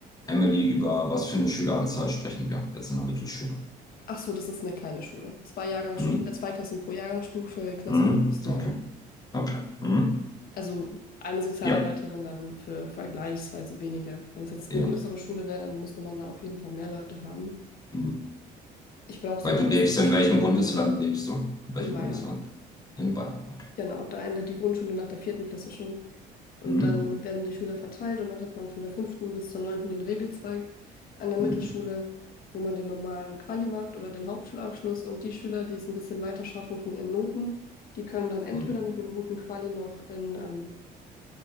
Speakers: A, on the left (about 20°); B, on the left (about 60°).
A: Emily, über was für eine Schüleranzahl sprechen wir jetzt in der Mittelschule?
B: Ach so, das ist eine kleine Schule. Zwei Jahrgangsstu
A: Hm?
B: äh, zwei Klassen pro Jahrgangsstufe, Klasse
A: Hm?
B: 5 bis 9.
A: Okay, okay. Hm?
B: Also eine Sozialarbeiterin
A: Ja,
B: dann für vergleichsweise weniger. Wenn es jetzt
A: ja.
B: eine größere Schule wäre, dann müsste man da auf jeden Fall mehr Leute haben.
A: Hm.
B: Ich glaube sogar,
A: Weil du
B: dass
A: lebst,
B: sie sich
A: in welchem
B: freuen
A: Bundesland
B: würde
A: lebst du? In welchem
B: in Bayern.
A: Bundesland? In Bayern, okay.
B: Genau, da endet die Grundschule nach der vierten Klasse schon. Und
A: Hm?
B: dann werden die Schüler verteilt und dann hat man von der fünften bis zur neunten den Regelzweig an der
A: Hm?
B: Mittelschule, wo man den normalen Quali macht oder den Hauptschulabschluss. Und die Schüler, die es ein bisschen weiter schaffen von ihren Noten, die können dann entweder
A: Hm? Hm?
B: mit einem guten Quali noch in, ähm,